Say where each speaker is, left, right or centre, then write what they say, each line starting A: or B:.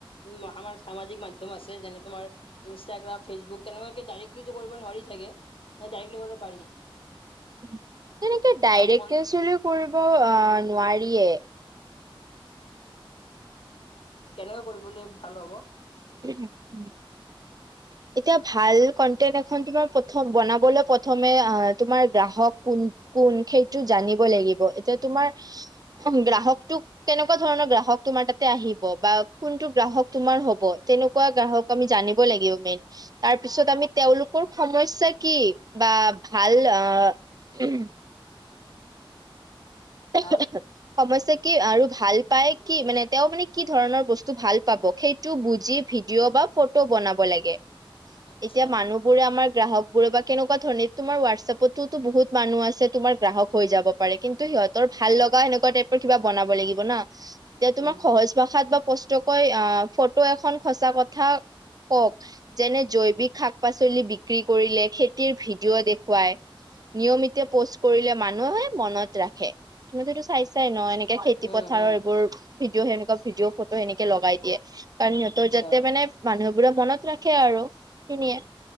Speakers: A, on the left; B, on the right.
A: উ আমাৰ সামাজিক মাধ্যম আছে। যেনে তোমাৰ- ইনষ্টাগ্ৰাম, ফেচবুক তেনেকুৱাকে ডাইৰেকটলিো কৰিব নোৱাৰি চাগে? নে ডাইৰেক্টলি কৰিব পাৰি
B: তেনেকে ডাইৰেকে
A: ভাল কন
B: চোলেও- কৰিব আঁ নোৱাৰিয়ে।
A: কেনেকৈ কৰিবলৈ ভাল হ'ব?
B: <unintelligible>
A: <inaudible>
B: এতিয়া ভাল কন্টেন্ট এখন তোমাৰ প্ৰথম বনাবলৈ প্ৰথমে আঁ তোমাৰ গ্ৰাহক কোন- কোন সেইটো জানিব লাগিব, এতিয়া তোমাৰ গ্ৰাহকটোক- কেনেকুৱা ধৰণৰ গ্ৰাহক তোমাৰ তাতে আহিব বা কোনটো গ্ৰাহক তোমাৰ হ'ব? তেনেকুৱা গ্ৰাহক আমি জানিব লাগিব মেইন। তাৰপিছত আমি তেওঁলোকৰ সমস্যা কি বা ভাল অঁ- <unintelligible>
A: ভাল
B: সমস্যা কি আৰু ভাল পাই কি, মানে তেওঁ মানে কি ধৰণৰ বস্তু ভাল পাব সেই- টো বুজি ভিডিঅ' বা ফটো বনাব লাগে,
A: আচ্ছা
B: এতিয়া মানুহ- বোৰে আমাৰ গ্ৰাহকবোৰে বা কেনেকুৱা ধৰণে তোমাৰ হোৱাটছএপতোতো বহুত মানুহ আছে তোমাৰ গ্ৰাহক হৈ যাব। পাৰে, কিন্তু সিহঁতৰ ভাল লগা সেনেকুৱা টাইপৰ কিবা বনাব লাগিব ন, তে তোমাৰ
A: উম।
B: সহজ- প্ৰসাদ বা পষ্টকৈ আঁ ফটো এখন সঁচা কথা কওঁক। যেনে জৈৱিক শাক পাচলি বিক্ৰী কৰিলে খেতিৰ ভিডিঅ' দেখুৱায়। নিয়মিতে পোষ্ট কৰিলে মানুহে মনত ৰাখে। তুমিতো এইটো চাইছাই ন' এনেকে খেতি
A: হুম
B: পথাৰৰ
A: হুম
B: এইবোৰ- ভিডিঅ' সেনেকুৱা ভিডিঅ' ফটো সেনেকে লগাই দিয়ে। কাৰণ সিহঁতৰ
A: আচ্ছা
B: যাতে মানে- মানুহবোৰে মনত ৰাখে আৰু খিনিয়ে।